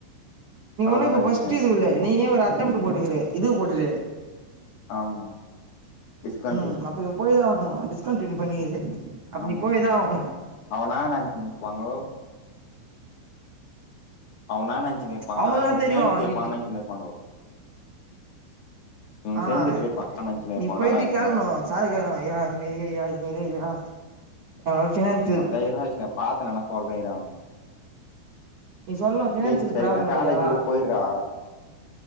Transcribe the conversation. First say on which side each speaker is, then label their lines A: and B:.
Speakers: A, on the right; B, on the left.
A: நீ
B: ஆமாடா
A: ஒண்ணு இப்ப ஃபஸ்ட்டு
B: விஷ்ணு
A: இது இல்ல நீயே ஒரு அட்டெம்ப்ட் போட்டுக்றே இது போட்டுக்ற
B: ஆமா டிஸ்கண்டினியூ
A: ம் அப்ப இவே போய் தா ஆவணு டிஸ்கண்டினியூ பண்ணிரு அப்ப
B: ஆமா
A: நீ போய் தா ஆவணு
B: அவனா நெனச்சுனு இருப்பாங்கோ அவனா நெனச்சுனு இருப் பாங்கா
A: அவங்கல்லா
B: நா இவுங்க
A: தெரியு
B: சேன்ட்டு இருப்பாங்னு
A: நீ
B: நெனச்சுனு இருப்பாங்கோ இவங்க
A: ஆஹ்
B: சேந்துட்டு
A: னே
B: இருப்பான்னு நெனச்சுன்னு இருப்பாங்க
A: நீ போயிட்டு
B: என்னடா விஷ்ணு
A: கேக்கணு சாரு இருக்காங்களா ஐயா இதுமேரி ஐயா இதுமேரி ஐயா ஆஹ் ஃப்னான்
B: அதா இர்ரா விஷ்ணு பாத்து நா வேனா சொல்றே இரா
A: நீ சொல்லணு ஃபினான்சியல்
B: டே நீ ஸ்ரைட்டா
A: ப்ராப்ளம்
B: காலேஜுக்கே
A: ஐயா
B: போயிட்றா